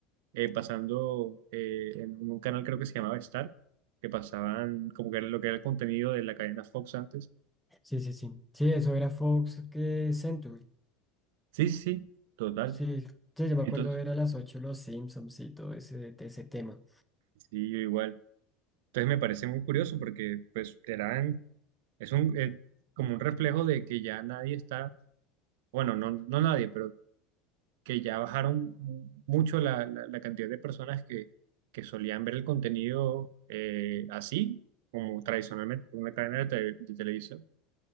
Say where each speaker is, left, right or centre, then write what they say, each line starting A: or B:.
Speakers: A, on the right (about 75°); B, in the centre.
A: eh, pasando eh, en un canal, creo que se llamaba Star, que pasaban como que era lo que era el contenido de la cadena Fox antes.
B: sí, sí, sí. Sí, eso era Fox que Century.
A: Sí, sí, sí, total.
B: Sí, sí, yo me
A: Entonces,
B: acuerdo era a las 8 Los Simpsons y todo ese, ese tema.
A: sí, yo igual. Entonces me parece muy curioso porque pues eran Es un, eh, como un reflejo de que ya nadie está, bueno, no, no nadie, pero que ya bajaron mu- mucho la, la- la cantidad de personas que, que solían ver el contenido eh, así, como tradicionalmente por una cadena de, te- de televisión.